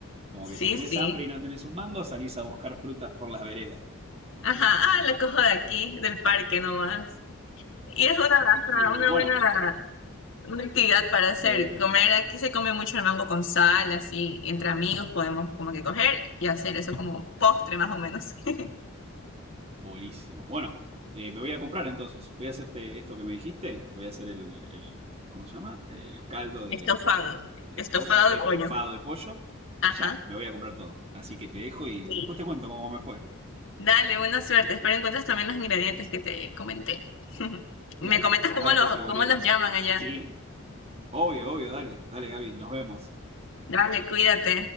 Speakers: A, on the right; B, on the left.
A: Como que
B: Sí,
A: si tenés
B: sí.
A: hambre y no tenés un mango, salís a buscar frutas por las veredas.
B: Ajá, ah, la cojo de aquí, del parque nomás. Y es una, hasta
A: Muy
B: una
A: bueno, bueno,
B: buena una actividad para hacer,
A: eh,
B: comer, aquí se come mucho el mango con sal, así, entre amigos podemos como que coger y hacer eso como postre más o menos. <laughs>
A: buenísimo. Bueno, eh, me voy a comprar entonces. Voy a hacerte esto que me dijiste. Voy a hacer el, el- ¿cómo se llama? El caldo de,
B: Estofado,
A: de
B: estofado
A: pollo, estofado
B: de pollo.
A: de pollo.
B: Ajá,
A: Ya, me voy a comprar todo. Así que te dejo y
B: sí.
A: después te cuento cómo me fue.
B: Dale, buena suerte. Espero encuentres también los ingredientes que te comenté. Me
A: Dale,
B: comentas cómo
A: abrazo,
B: los,
A: Gabriela.
B: cómo los llaman allá.
A: Sí, obvio, obvio, dale, dale, Gaby, nos vemos.
B: Dale, cuídate.